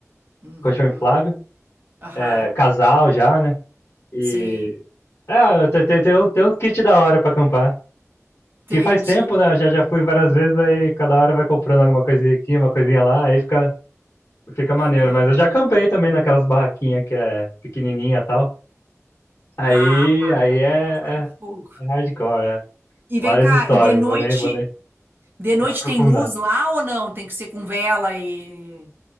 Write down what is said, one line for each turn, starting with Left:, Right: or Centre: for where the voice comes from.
Right: Uhum.
Left: colchão inflável,
Right: Aham.
Left: é, casal já, né? E,
Right: Sim.
Left: é, tem, tem, tem, um- tem uns kits da hora pra acampar,
Right: Entendi.
Left: que faz tempo, né? Eu já, já fui várias vezes, aí cada hora vai comprando alguma coisinha aqui, uma coisinha lá, aí fica Fica maneiro,
Right: Entendi.
Left: mas eu já campei também naquelas barraquinhas que é pequenininha e tal. Aí,
Right: Ah,
Left: aí é,
Right: lá é
Left: é,
Right: fogo.
Left: é hardcore, é.
Right: E
Left: Várias
Right: vem cá,
Left: histórias,
Right: e de noite,
Left: vou nem, vou nem
Right: de noite
Left: aprofundar.
Right: tem luz lá ou não? Tem que ser com vela e.